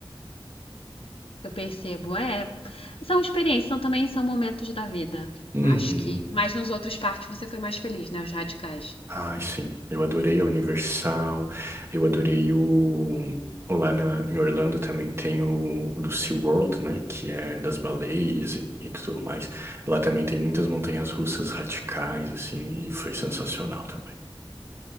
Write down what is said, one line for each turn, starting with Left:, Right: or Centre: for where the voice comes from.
Left: Eu percebo, é, são experiências, são também são momentos da vida.
Right: Uhum.
Left: Acho que, mas nos outros parques você foi mais feliz, né? Os radicais.
Right: Ai, sim. Eu adorei a Universal. Eu adorei o. Lá na, em Orlando também tem o, o do SeaWorld, né? Que é das baleias e, e tudo mais. Lá também tem muitas montanhas russas radicais, assim, e foi sensacional também.